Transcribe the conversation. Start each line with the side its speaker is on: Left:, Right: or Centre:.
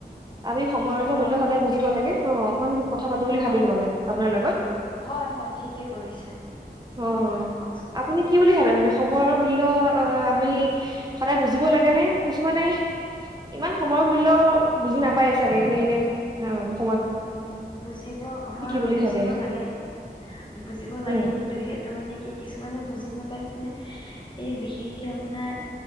Right: আমি সময়ৰ
Left: ওপৰত
Right: যে মূল্য সদায় বুজিব লাগে। অ', কণ কথা পাতো বুলি
Left: হয়
Right: ভাবিলো মানে আপোনাৰ লগত।
Left: হয় হয় ঠিকেই কৰিছে
Right: অ',
Left: হয় কওকচোন
Right: আপুনি কি বুলি ভাবে মানে সময়ৰ মূল্য অ', আমি সদায় বুজিব লাগে নে কিছুমানে ইমান সময়ৰ মূল্যয় বুজি নাপায় চাগে এনে এনে অ
Left: উ বুজিব হয় হয়
Right: বুলি
Left: বুজিব
Right: ভাবে
Left: লাগে বুজিব লাগে
Right: উম
Left: কিন্তু সেই মানে কি কিছুমানে বুজি নাপায় মানে এই বিশেষকে আপোনাৰ